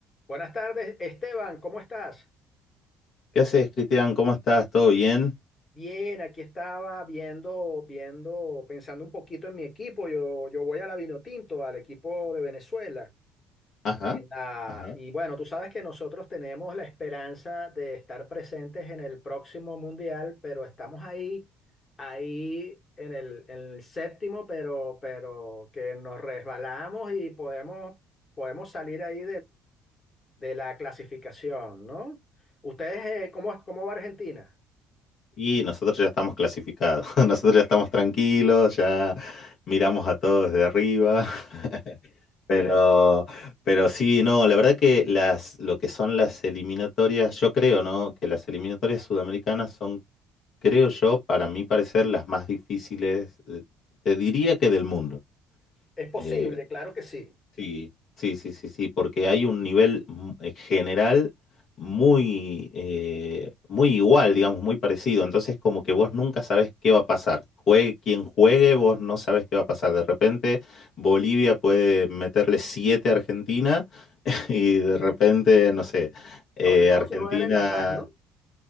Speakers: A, on the left; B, on the left.
A: Buenas tardes, Esteban, ¿cómo estás?
B: ¿Qué haces, Cristian? ¿Cómo estás? ¿Todo bien?
A: Bien, aquí estaba viendo, viendo, pensando un poquito en mi equipo. Yo, yo voy a la Vinotinto, al equipo de Venezuela.
B: Ajá,
A: En la-
B: ajá.
A: y bueno, tú sabes que nosotros tenemos la esperanza de estar presentes en el próximo mundial, pero estamos ahí, ahí en el, en el séptimo, pero, pero que nos resbalamos y podemos, podemos salir ahí de la clasificación, ¿no? ¿Ustedes eh, cómo, cómo va Argentina?
B: Y nosotros ya estamos clasificados, <laughs> nosotros ya estamos tranquilos, ya miramos a todos desde arriba, <laughs> pero, pero sí, no, la verdad que las, lo que son las eliminatorias, yo creo, ¿no? Que las eliminatorias sudamericanas son, creo yo, para mi parecer, las más difíciles, eh, te diría que del mundo.
A: Es posible,
B: Eh,
A: claro que sí.
B: Sí, sí, sí, sí, sí, porque hay un nivel mm, eh, general muy, eh, muy igual, digamos, muy parecido. Entonces, como que vos nunca sabés qué va a pasar. Juegue quien juegue, vos no sabés qué va a pasar. De repente, Bolivia puede meterle 7 a Argentina <laughs> y de repente, no sé, eh,
A: Sobre todo
B: Argentina.
A: si juegan en La Paz, ¿no?